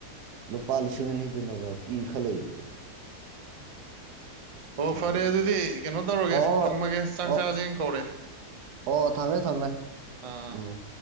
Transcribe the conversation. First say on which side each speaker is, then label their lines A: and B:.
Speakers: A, on the right (about 80°); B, on the right (about 40°).
A: ꯂꯨꯄꯥ ꯂꯤꯁꯤꯡ ꯑꯅꯤꯗꯨꯅꯒ ꯀꯤ ꯈꯜꯂꯛꯏꯁꯦ
B: ꯑꯣ ꯐꯔꯦ
A: ꯑꯗꯨꯅꯤ
B: ꯑꯗꯨꯗꯤ ꯀꯩꯅꯣ ꯇꯧꯔꯒꯦ
A: ꯑꯣ
B: ꯊꯝꯃꯒꯦ ꯆꯥꯛ
A: ꯑꯣ
B: ꯆꯁ ꯀꯧꯔꯦ
A: ꯑꯣ ꯊꯝꯃꯦ ꯊꯝꯃꯦ
B: ꯑꯥ
A: ꯎꯝ